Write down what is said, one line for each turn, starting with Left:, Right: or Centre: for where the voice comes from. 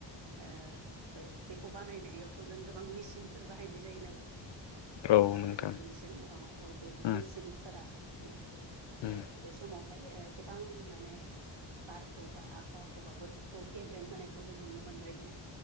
Right: ओ बे बेखौ बानायनायावथ' जों गोबां मेसिनफोर बाहायनाय जायो नालाय।
Left: औ
Right: गेदेर
Left: नोंथां
Right: गेदेर मेचिन औ औ बे
Left: उम
Right: मेसिनफोरा माने जे
Left: उम
Right: बे समावहाय गोबां माने बारखौ बा आबहावाखौ बा बोथोरखौ खौ गेब्रें होनायखौ जों नुनो मोनबाय।